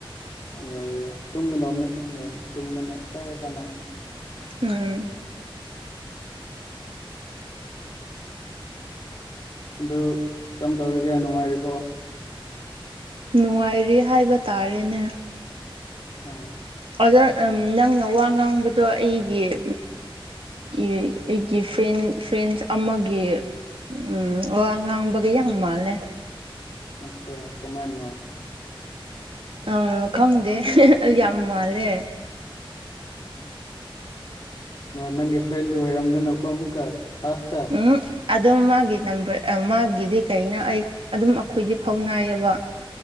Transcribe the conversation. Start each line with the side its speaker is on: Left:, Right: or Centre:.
Left: ꯌꯥꯏ ꯌꯥꯏ ꯇꯨꯝꯒꯗꯧꯕꯅꯦ ꯇꯨꯝꯗꯧꯅꯦ ꯇꯨꯝꯕꯅ ꯑꯩꯣꯏꯗ ꯀꯅꯥ
Right: ꯎꯝ
Left: ꯑꯗꯨ ꯀꯔꯝ ꯇꯧꯔꯤꯒꯦ ꯅꯨꯡꯉꯥꯏꯔꯤꯕꯣ
Right: ꯅꯨꯡꯉꯥꯏꯔꯦ ꯍꯥꯏꯕ ꯇꯥꯔꯦꯅꯦ
Left: ꯍꯣꯏ
Right: ꯑꯣꯖꯥ ꯅꯪꯅ ꯋꯥ ꯉꯥꯡꯕꯗꯣ ꯑꯩ ꯑꯩ ꯎ ꯑꯩꯒꯤ ꯐ꯭ꯔꯦꯟ ꯐ꯭ꯔꯦꯟꯁ ꯑꯃꯒꯤ ꯎꯝ ꯑꯣ ꯑꯉꯥꯡꯕꯒ ꯌꯥꯝ ꯍꯪ ꯃꯥꯜꯂꯦ
Left: ꯑꯆꯥ ꯀ꯭ꯔꯃꯣ
Right: ꯑꯝ ꯈꯪꯗꯦ ꯌꯥꯝ ꯃꯥꯜꯂꯦ
Left: ꯅꯪꯒꯤ ꯐ꯭ꯔꯦꯟꯗꯨꯣ ꯑꯣꯏꯔꯝꯗꯅꯀꯣ ꯑꯃꯨꯛꯀ ꯂꯥꯁꯇ
Right: ꯎꯝ ꯑꯗꯨꯗꯝꯒꯤꯦ ꯅꯝꯕꯔ ꯃꯥꯒꯤꯗꯤ ꯀꯩꯅ ꯑꯩ ꯑꯗꯨꯝ ꯑꯩꯈꯣꯏꯗꯤ ꯐꯧꯅꯥꯏꯌꯦꯕ